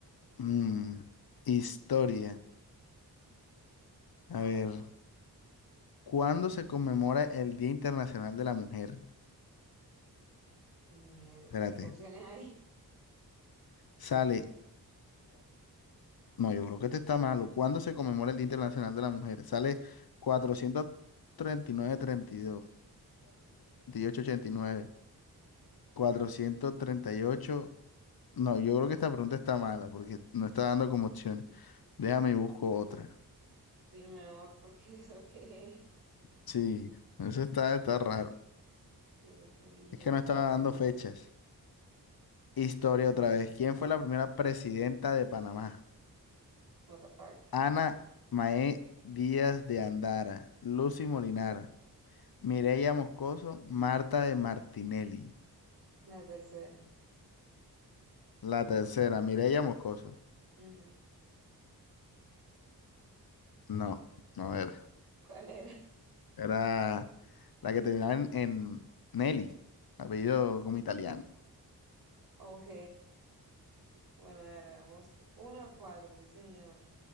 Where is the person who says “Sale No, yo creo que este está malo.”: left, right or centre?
Left